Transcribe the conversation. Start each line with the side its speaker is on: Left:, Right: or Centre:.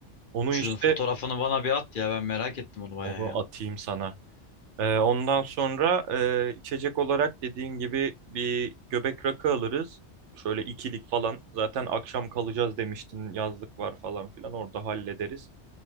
Right: Onu
Left: Şunun
Right: işte
Left: fotoğrafını bana bir at ya ben merak ettim onu bayağı
Right: onu
Left: ya.
Right: atayım sana. Ee, ondan sonra e, içecek olarak dediğin gibi bir göbek rakı alırız. Şöyle ikilik falan. Zaten akşam kalacağız demiştin. Yazlık var falan filan. Orada hallederiz.